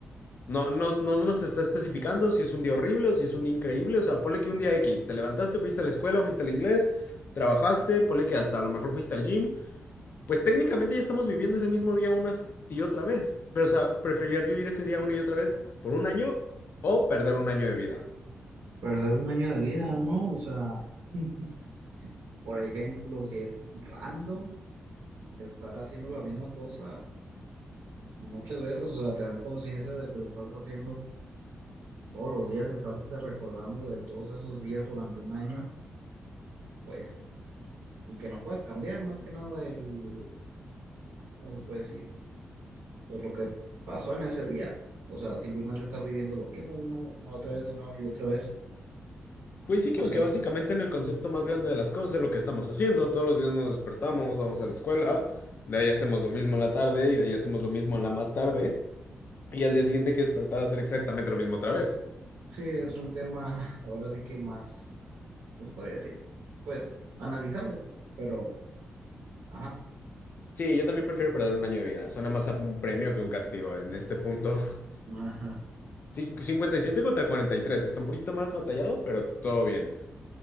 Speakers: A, on the left; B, on the right.
A: No, no, no no nos está especificando si es un día horrible o si es un día increíble. O sea, ponle que un día X, te levantaste, fuiste a la escuela, fuiste al inglés, trabajaste, ponle que hasta a lo mejor fuiste al gym. Pues técnicamente ya estamos viviendo ese mismo día una y otra vez. Pero, o sea, ¿preferirías vivir ese día una y otra vez por un año o perder un año de vida?
B: Perder un año de vida, ¿no? O sea, <laughs> por ejemplo, si es random, estar haciendo la misma cosa muchas veces, o sea, tener conciencia de que lo estás haciendo todos los días, y estarte recordando de todos esos días durante un año, pues, y que no puedes cambiar más que nada el, ¿cómo se puede decir? pues lo que pasó en ese día. O sea, simplemente estar viviendo lo mismo uno, una otra vez, una y otra vez.
A: Pues sí, que
B: No
A: aunque
B: sé.
A: básicamente en el concepto más grande de las cosas es lo que estamos haciendo. Todos los días nos despertamos, vamos a la escuela, de ahí hacemos lo mismo en la tarde y de ahí hacemos lo mismo en la más tarde. Y al día siguiente hay que despertar a hacer exactamente lo mismo otra vez.
B: Sí, es un tema <laughs> ahora sí que más, ¿cómo se podría decir? Pues analizable, pero, ajá,
A: Sí, yo también prefiero perder un año de vida. Suena más a un premio que un castigo en este punto. <laughs>
B: <laughs> ajá,
A: Sí, 57 contra 43. Está un poquito más batallado, pero todo bien.